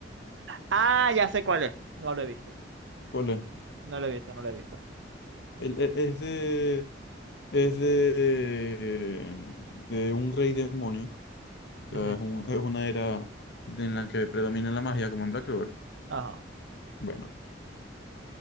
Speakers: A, on the right; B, on the left.
A: Ah, ya sé cuál es. No lo he visto.
B: ¿Cuál es?
A: No lo he visto, no lo he visto.
B: El- e- es de, es de, de un rey demonio.
A: Ujú.
B: O sea, Es, un- es una era de- en la que predomina la magia, como en Black Clover.
A: Ajá.
B: Bueno,